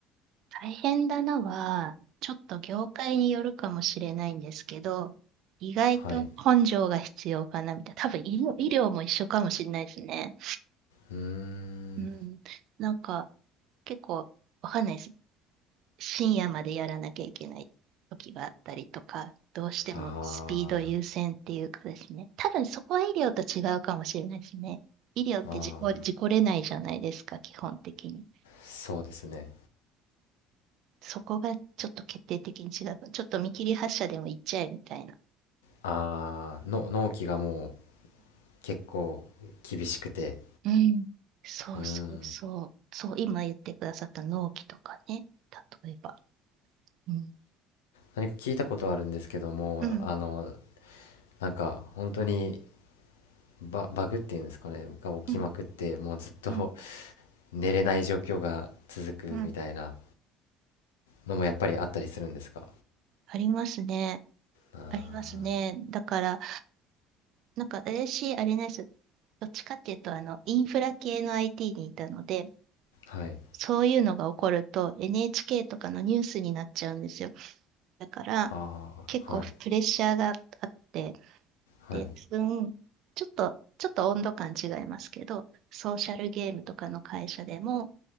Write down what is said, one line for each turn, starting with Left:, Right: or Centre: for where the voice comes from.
Right: 大変だなは、ちょっと業界によるかもしれないんですけど、意外と根性が必要かなみたいな。
Left: はい。
Right: 多分医療、医療も一緒かもしれないですね。
Left: うーん、
Right: うん。なんか、結構、わかんないです。深夜までやらなきゃいけない時があったりとか、どうしてもスピード優先っていうかですね。
Left: あ
Right: 多分そこは医療と違うかもしれないですね。医療って事故、
Left: あ、ああ、
Right: 事故れないじゃないですか、基本的に。
Left: そうですね。
Right: そこがちょっと決定的に違う。ちょっと見切り発車でも行っちゃえみたいな
Left: あーの納期がもう結構厳しくて
Right: うん。そうそうそう。
Left: うーん
Right: そう、今言ってくださった納期とかね。例えば。うん。
Left: 何か聞いたことあるんですけどもあの
Right: うん。
Left: なんか本当にバ、バグっていうんですかねが起きまくってもうずっと
Right: うん。うん。
Left: <laughs> 寝れない状況が続くみたいな
Right: うん
Left: のもやっぱりあったりするんですか
Right: ありますね。
Left: あ
Right: ありますね。だから、なんか私、あれなんです。どっちかっていうと、あの、インフラ系の IT にいたので、
Left: ーはい
Right: そういうのが起こると NHK とかのニュースになっちゃうんですよ。だから
Left: あーはい
Right: 結構プレッシャーがあって、
Left: はい
Right: で、多分ちょっと、ちょっと温度感違いますけど、ソーシャルゲームとかの会社でも、